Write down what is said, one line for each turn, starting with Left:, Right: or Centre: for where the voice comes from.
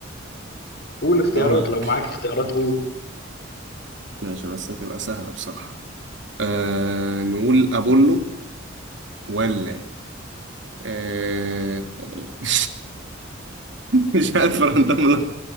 Left: قول اختيارات
Right: اقول لك
Left: لو معاك اختيارات قول
Right: ماشي بس هتبقى سهله بصراحه آه نقول أبولو ولا آه <laughs> مش عارف رندم لك.